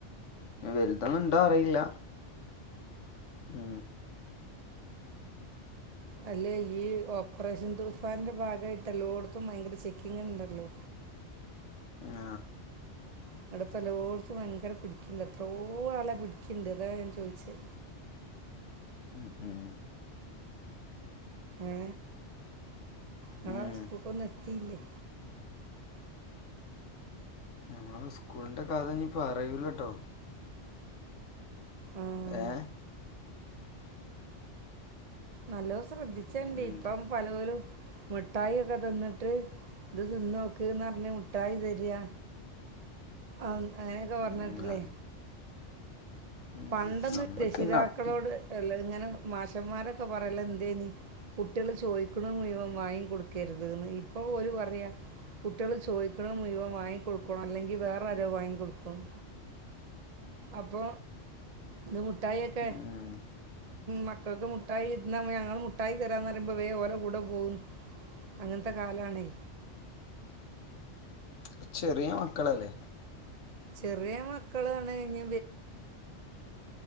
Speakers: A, on the left; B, on the right.
A: വലുതൊന്നും ഇണ്ടോ അറിയില്ല ഉ
B: അല്ലെ ഈ ഓപ്പറേഷൻ തുഫാന്റെ ഭാഗമായിട്ട് എല്ലോായിടത്തും ഭയങ്കര ചെക്കിങ്ണ്ടല്ലോ
A: ആ
B: ഇവിടെ തലോടത്തും ഭയങ്കര പിടിക്കണ്ട് എത്രോ ആളെ പിടിക്കണ്ട് ഇതാ ഞാൻ ചോദിച്ചേ
A: ഉ ഉം
B: എഏ നഞളെ
A: ഉം.
B: വസ്തുക്കെ നിർത്തിയില്ലേ
A: ഞങ്ങള് സ്കൂളിന്റെ കഥനി ഇപ്പ അറിവൂലട്ടോ
B: ആ
A: ഏ
B: നല്ല ശ്രദ്ധിച്ചണ്ട്
A: എന്ത്
B: ഇപ്പം പല പോലും മുഠായി ഒക്കെ തിന്നിട്ട് ഇത് തി നോക്കന്ന് പറഞ്ഞ മുഠായി തരിക അങ്ങനെയൊക്കെ പറഞ്ഞിട്ടില്ലേ
A: ഉം. ആ. ഉം.
B: പണ്ടെന്ന്
A: നമ്മക്ക്
B: രക്ഷിതാക്കളോട്
A: പിന്നെ അത്
B: അല്ല ഇങ്ങനെ മാശന്മാരൊക്കെ പറയല എന്തേനി കുട്ടികൾ ചോദിക്കണ മുഴവം വാങ്ങി കൊടുക്കരുത്ന്ന് ഇപ്പൊ പോലും പറയാ കുട്ടികൾ ചോദിക്കണ മുഴുവ വാങ്ങിിക്ക കൊടുക്കണം അല്ലെങ്കി വേറെരോ വാങ്ങിൊടുക്കണം അപ്പൊ ഇ തൊക്കെ
A: ഉം.
B: മക്കൾക്ക് മുട്ടായി ഇ ഞങ്ങൾ മുട്ടായി തരാന്ന് പറയുമ്പോ വേ ഓരോ കൂടെ പോകുന്നു അങ്ങനത്തെ കാലണേ
A: ഉ ചെറിയ മക്കള അല്ലേ
B: ചെറിയ മക്കളാണ് കഴിഞ്ഞ